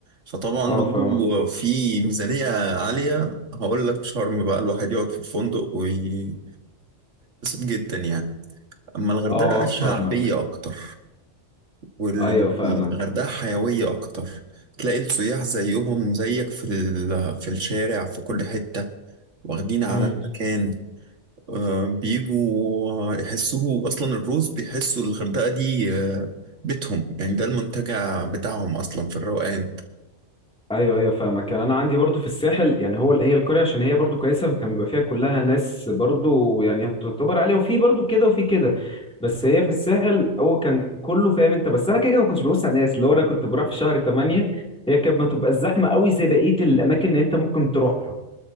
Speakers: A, on the right (about 80°); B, in the centre.
A: فطبعا
B: اه
A: لو
B: فاهمك
A: في ميزانية عالية هقول لك شرم بقى الواحد يقعد في الفندق وهيتبسط جدا يعني أما الغردقة
B: اه
A: شعبية
B: فاهمك
A: أكتر والغردقة
B: ايوه فاهمك
A: حيوية أكتر تلاقي السياح زيهم زيك في ال- في الشارع في كل حتة واخدين على
B: امم
A: المكان آه، بيجوا يحسوه اصلا الروس بيحسوا الغردقه دي آه، بيتهم يعني ده المنتجع بتاعهم اصلا في الروقان
B: ايوه ايوه فاهمك يعني انا عندي برضو في الساحل يعني هو هي القريه عشان هي برضو كويسه فكان بيبقى فيها كلها ناس برضو يعني تعتبر عليها وفي برضو كده وفي كده بس هي في الساحل هو كان كله فاهم انت بس انا كده كده ما كنتش ببص على الناس اللي هو انا كنت بروح في شهر 8 هي كانت ما تبقى الزحمه قوي زي بقيه الاماكن اللي انت ممكن تروحها